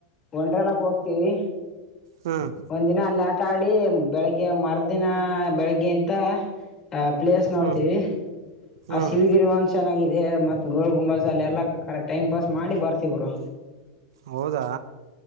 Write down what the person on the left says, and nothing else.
ಒಂಡ್ರಲ್ಲಕ್ ಹೋಗ್ತೀವಿ
ಒಂದಿನ ಅಲ್ಲ ಆ ಸ್ಟಾಡಿ ಬೆಳಿಗ್ಗೆ ಮರುದಿನ ಬೆಳಿಗ್ಗೆಂತ ತ ಪ್ಲೇಸ್ ನೋಡ್ತೀವಿ
ಆ ಶಿವಗಿರಿ ಒಂದ್ ಚೆನ್ನಾಗ ಇದೇ ಮತ್ತ ಗೋಳ ಗುಂಬಸ ಅಲ್ಲ ಎಲ್ಲ ಕ ಟೈಮ್ ಪಾಸ್ ಮಾಡಿ ಬರ್ತವ್ರು